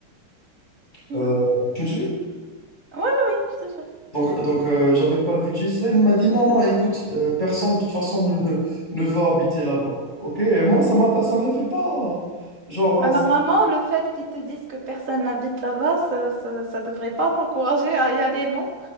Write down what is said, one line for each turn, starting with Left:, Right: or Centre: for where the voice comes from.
Right: mhm.
Left: Euh, tu me suis?
Right: Oui, oui, oui, je te jure.
Left: Donc, donc euh, j'avais pas le budget. Ça, il m'a dit non, non, écoute, euh, personne de toute façon ne, <laughs> ne veut habiter là-bas. Ok? Et moi, ça m'a, ça me fait pas. Genre,
Right: Bah,
Left: euh,
Right: normalement, le fait qu'ils te disent que personne n'habite là-bas, ça, ça, ça devrait pas t'encourager à y aller, non?